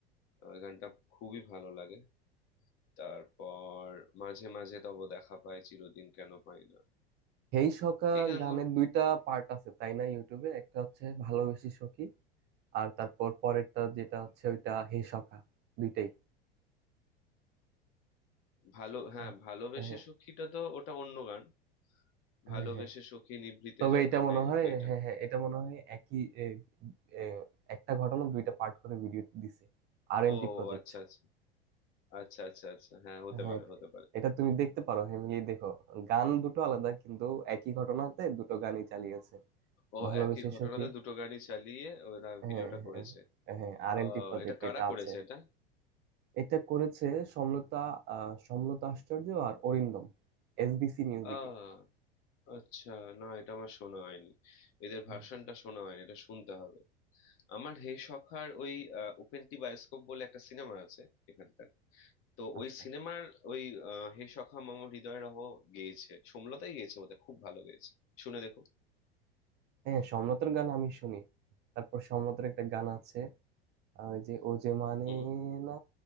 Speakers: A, on the left; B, on the right.
A: আহ, গানটা খুবই ভালো লাগে তারপর মাঝে মাঝে তব দেখা পায় চিরদিন কেন পাই না
B: হেই সখা
A: এই গানগুলো
B: গানের দুইটা পার্ট আছে তাই না ইউটিউবে একটা হচ্ছে ভালোবেসে সখী আর তারপর পরেরটা যেটা হচ্ছে ওইটা হেই সখা দুইটাই
A: ভালো হ্যাঁ
B: হ্যাঁ
A: ভালোবেসে
B: হ্যাঁ
A: সখীটা তো ওটা অন্য গান ভালোবেসে
B: হ্যাঁ হ্যাঁ।
A: সখী নিভৃতে
B: তবে
A: যতনে
B: এটা মনে হয়
A: ওইটা
B: হ্যাঁ হ্যাঁ এটা মনে হয় একই এ, এ, একটা ঘটনা দুইটা পার্ট করে ভিডিও দিছে আর এন
A: ও
B: টি প্রজেক্ট
A: আচ্ছা আচ্ছা আচ্ছা আচ্ছা আচ্ছা হ্যাঁ হতে
B: হ্যাঁ
A: পারে
B: এট-
A: হতে পারে
B: এটা তুমি দেখতে পারো হ্যামিলি দেখো গান দুটো আলাদা কিন্তু একই ঘটনাতে দুটো গানই চালিয়েছে
A: ও
B: ভালোবেসে
A: একই ঘটনাতে
B: সখী
A: দুটো গাড়ি চালিয়ে ওরা
B: হ্যাঁ
A: ভিডিওটা করেছে
B: হ্যাঁ হ্যাঁ আর
A: আহ
B: এন টি প্রজেক্ট
A: এটা কারা
B: এটা
A: করেছে
B: আছে
A: এটা
B: এটা করেছে সমলতা আহ, সমলতা আশ্চর্য আর অরিন্দম এসবিসি মিউজিকে
A: আহ আচ্ছা না এটা আমার শোনা হয়নি এদের
B: হুম,
A: ভার্সনটা শোনা হয়নি এটা শুনতে হবে আমার হে সখার ওই ওপেন টি বায়োস্কোপ বলে একটা সিনেমা আছে এখানকার তো
B: আচ্ছা
A: ওই সিনেমার ওই আহ, হে সখা মম হৃদয় রহ গেয়েছে সোমলতাই গেয়েছে বোধহয় খুব ভালো গেয়েছে শুনে দেখো
B: হ্যাঁ সমলতার গান আমি শুনি তারপর সমলতার একটা গান আছে আহ, ওই যে ও যে মানে
A: হুম
B: না